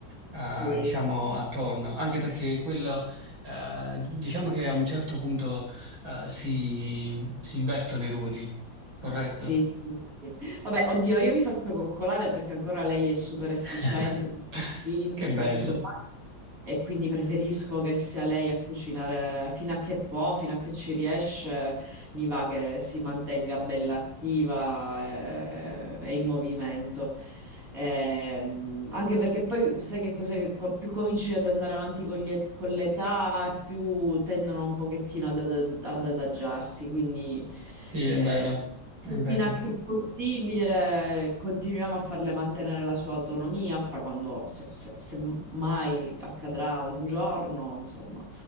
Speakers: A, on the right; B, on the right.
A: eh,
B: niente.
A: diciamo, attorno, anche perché quello, eh, diciamo che a un certo punto, eh, si, si invertono i ruoli, corretto?
B: Sì, sì, sì. Vabbè, oddio, io mi faccio coccolare perché ancora lei è super efficiente,
A: <laughs>
B: cucina,
A: Che bello,
B: fa tutto quanto e quindi preferisco che sia lei a cucinare fino a che può, fino a che ci riesce, mi va che si mantenga bella attiva eh, e, in movimento. Ehm, anche perché poi sai che cos'è che qua- più cominci ad andare avanti con gli et- con l'età, più tendono un pochettino ad, ad ad adagiarsi, quindi...
A: sì, è
B: eh,
A: vero, è vero.
B: Fino a che è possibile continuiamo a farle mantenere la sua autonomia, poi quando, se, se- se mai accadrà un giorno, insomma,